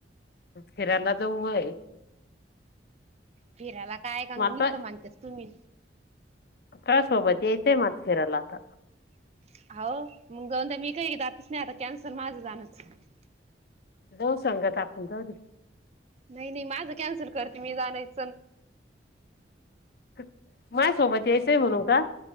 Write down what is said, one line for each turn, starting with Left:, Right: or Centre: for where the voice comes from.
Left: फिरायला जाऊ मग
Right: फिरायला काय का नुसतं
Left: मगं आता
Right: मानतेस तुम्ही
Left: करा सोबत. तेेत मात फेरला आता.
Right: <inaudible>
Left: बो संगत आपण जाऊदे.
Right: नाही नाही माझं कॅन्सल करते मी जाणच.
Left: माझ्या सोबत यायचंय म्हणू का?